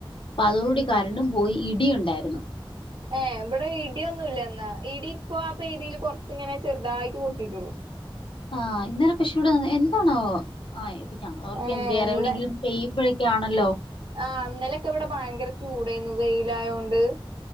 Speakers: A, on the left; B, on the right.
A: അപ്പൊ അതോടുകൂടി കരണ്ടും പോയി ഇടിയുണ്ടായിരുന്നു.
B: ഏഹ് ഇവടെ ഇടിയൊന്നുല്ലെന്നാ ഇടിയിപ്പോ ആ പെയ്തേല് കൊർച്ചിങ്ങനെ ചെർതായിട്ട് പൊട്ടിയിട്ടൊള്ളൂ.
A: ആഹ് ഇന്നലെ പക്ഷെ ഇവിടെ എന്താണാവോ ആഹ് <unintelligible>
B: ഏഹ്
A: വേറെ
B: ഇന്ന
A: എവിടെയെങ്കിലും പെയ്യുമ്പഴൊക്കെയാണല്ലോ.
B: ആഹ് ഇന്നലെക്കെ ഇവിടെ ഭയങ്കര ചൂടേന്നു വെയിലായോണ്ട്.